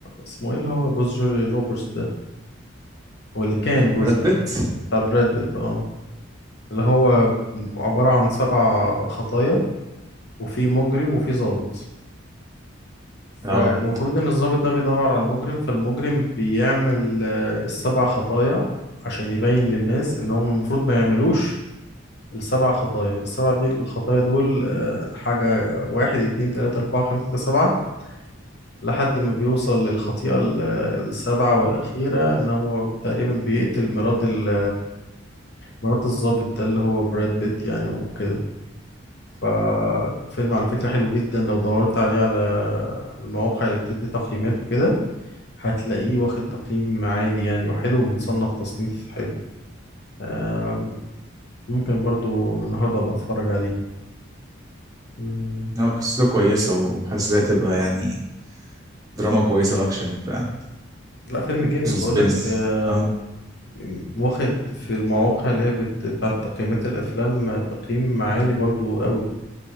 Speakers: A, on the left (about 55°); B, on the right (about 20°).
A: اسمه ايه اللي هو جوز جولي روبرتس ده هو اللي كان
B: براد
A: جوزها
B: بيت
A: بتاع براد بيت اه اللي هو عبارة عن سبع خطايا وفي مجرم وفي ضابط فالمفروض
B: اه
A: ان الضابط ده بيدور على المجرم فالمجرم بيعمل آه، السبع خطايا عشان يبين للناس ان هم المفروض ما يعملوش السبع خطايا فالسبع دي الخطايا دول آه، حاجة آه، واحد اتنين تلاتة أربعة خمسة ستة سبعة لحد ما بيوصل للخطيئة ال- السابعة والأخيرة إن هو تقريبا بيقتل مرات ال- مرات الضابط ده اللي هو براد بيت يعني وكده ففيلم على فكرة حلو جدا لو دورت عليه على المواقع اللي بتدي تقييمات وكده هتلاقيه واخد تقييم عالي يعني وحلو ومتصنف تصنيف حلو آم، ممكن برضو النهاردة أبقى أتفرج عليه
B: اه قصته كويسة وحاسسها تبقى يعني دراما كويسة وأكشن وبتاع
A: لا فيلم جامد
B: وسسبنس
A: بقول لك آه،
B: اه
A: واخد في المواقع اللي هي بت... بتاعت تقييمات الافلام آه، تقييم عالي برضو قوي